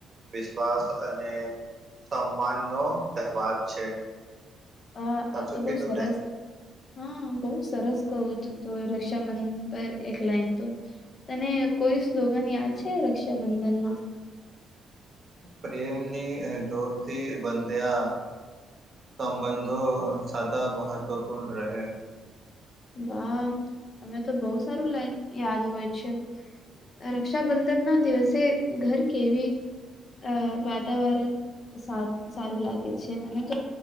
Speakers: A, on the right; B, on the left.
A: વિશ્વાસ અને સમાન નો તહેવાર છે.
B: હા
A: સાચું
B: આ તો બહુ
A: કીધું
B: સરસ
A: ને
B: હા બહુ સરસ કવું તુ તો રક્ષાબંધન પર એક લાઈન તો તને કોઈ સ્લોગન યાદ છે, રક્ષાબંધનમાં
A: પ્રેમની દોરથી બંધ્યા સંબંધો સાદ મહત્ત્વપૂર્ણ રહેે
B: વાહ તમે તો બહુ સારું લાઈન યાદ હોય છે. રક્ષાબંધન ના દિવસે ઘર કેવી અ વાતાવરણ સારું લાગે છે, મને તો